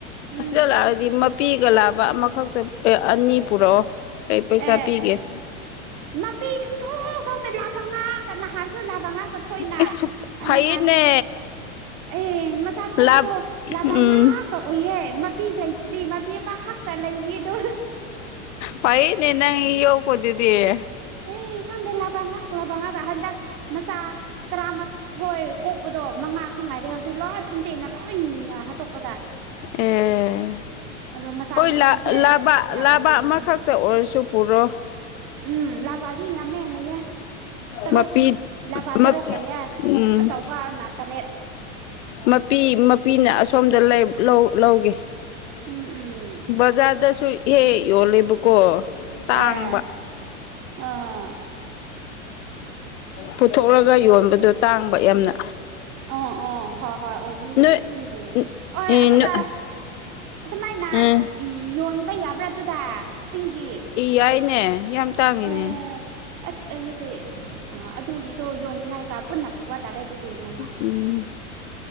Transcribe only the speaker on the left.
ꯑꯁꯤꯗ ꯂꯥꯛꯑꯗꯤ ꯄꯤꯒ ꯂꯥꯕ ꯑꯃꯈꯛꯇ ꯑꯅꯤ ꯄꯨꯔꯛꯑꯣ ꯑꯩ ꯄꯩꯁꯥ
ꯄꯤꯒꯦ
ꯑꯁ ꯐꯩꯌꯦꯅꯦ
ꯂꯥꯞ
ꯎꯝ
ꯐꯩꯅꯦ ꯅꯪ ꯌꯣ ꯀꯗꯤꯗꯤꯦ
ꯑꯦ
ꯍꯣꯏ
ꯂꯥꯕꯥ
ꯂꯥꯕꯥ
ꯑꯃꯈꯛꯇ
ꯑꯣꯏꯔꯁꯨ ꯄꯨꯔꯣ
ꯃꯄꯤ
ꯃꯞ
ꯎꯝ
ꯃꯄꯤ ꯃꯄꯤꯅ ꯑꯁꯣꯝꯗ ꯂꯧꯒꯦ
ꯕꯖꯥꯔꯗꯁꯨ ꯍꯦꯛ ꯌꯣꯜꯂꯦꯕꯀꯣ ꯇꯥꯡꯕ
ꯄꯨꯊꯣꯛꯂꯒ ꯌꯣꯟꯕꯗꯣ ꯇꯥꯡꯕ ꯌꯥꯝꯅ
ꯅꯣꯏ
ꯎꯝ
ꯌꯥꯏꯅꯦ ꯌꯥꯝ ꯇꯥꯡꯏꯤꯅꯦ
ꯎꯝ